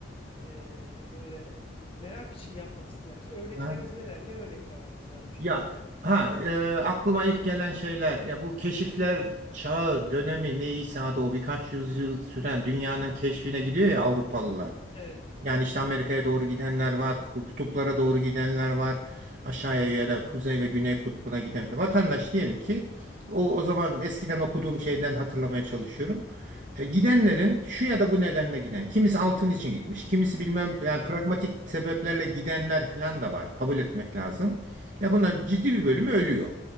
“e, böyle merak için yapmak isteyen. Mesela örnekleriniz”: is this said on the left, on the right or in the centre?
Left